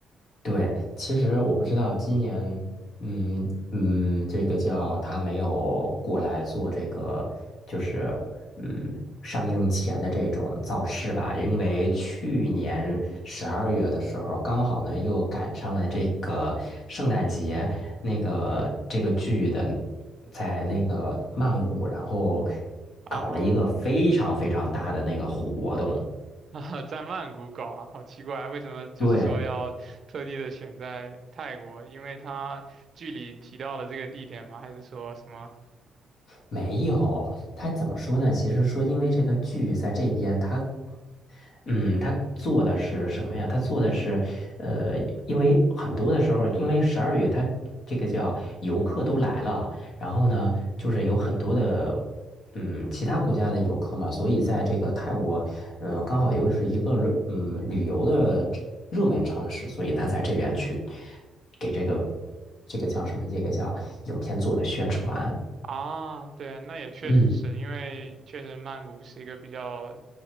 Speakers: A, on the left; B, on the right.
A: 对，其实我不知道今年，嗯嗯，这个叫他没有过来做这个，就是嗯上映前的这种造势吧，因为去年十二月的时候，刚好呢又赶上了这个圣诞节，那个这个剧的在那个曼谷，然后
B: 啊
A: 搞了一个非常非常大的那个活动，
B: <laughs> 啊，在曼谷搞啊，好奇怪，为什么就是说要特地的选在泰国？
A: 对。
B: 因为它剧里提到了这个地点吗？还是说什么？
A: 没有，他怎么说呢？其实说，因为这个剧在这边，他，嗯，他做的是什么呀？他做的是，呃，因为很多的时候，因为十二月他这个叫游客都来了，然后呢，就是有很多的，嗯，其他国家的游客嘛，所以在这个泰国，嗯、刚好又是一个热嗯旅游的热门城市，所以他在这边去给这个这个叫什么？这个叫影片做的宣传。
B: 啊，对，那也确实是因为确实曼谷是一个比较
A: 嗯，